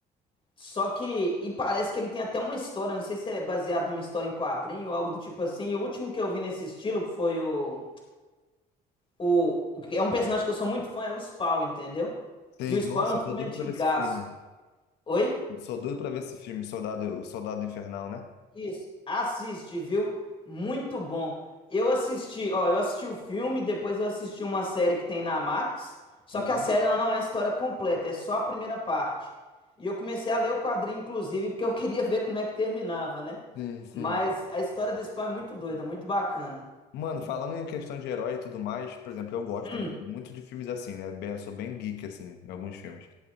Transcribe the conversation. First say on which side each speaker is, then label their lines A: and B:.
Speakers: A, on the left (about 30°); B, on the left (about 80°).
A: Só que e parece que ele tem até uma história, não sei se é baseado numa história em quadrinho ou algo do tipo assim. E o último que eu vi nesse estilo que foi o o, o que é um personagem que eu sou muito fã, é o Spawn, entendeu?
B: Sim,
A: E o Spawn
B: nossa,
A: é um
B: eu
A: filme
B: tô doido
A: antigaço.
B: pra ver esse filme.
A: Oi?
B: Sou doido pra ver esse filme, Soldado, Soldado Infernal, né?
A: Isso, assiste, viu? Muito bom. Eu assisti, ó, eu assisti o filme, depois eu assisti uma série que tem na Max, só
B: Uhum.
A: que a série ela não é a história completa, é só a primeira parte. E eu comecei a ler o quadrinho, inclusive, porque eu queria ver como é que terminava, né?
B: Sim, sim.
A: Mas a história do Spawn é muito doida, muito bacana.
B: Mano, falando em questão de herói e tudo mais, por exemplo, eu gosto
A: Hum,
B: também muito de filmes assim, né? Bem- eu sou bem geek, assim, em alguns filmes.